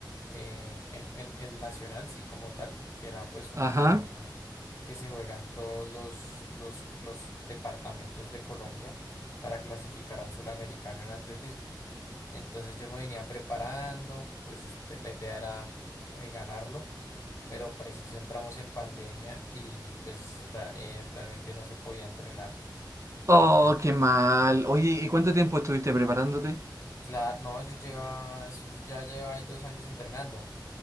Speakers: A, on the left; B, on the right.
A: eh, el, el- el nacional, sí, como tal, que era pues una
B: ajá.
A: carrera que se juegan todos los, los, los departamentos de Colombia para clasificar a un suramericano en atletismo. Entonces yo me venía preparando, pues este, la idea era eh, ganarlo pero preciso entramos en pandemia y pues ra- eh, realmente no se podía entrenar. Entonces
B: Oh, qué mal. Oye, ¿y cuánto tiempo estuviste preparándote?
A: Claro, no, yo lleva, eso- yo ya llevo ahí dos años entrenando.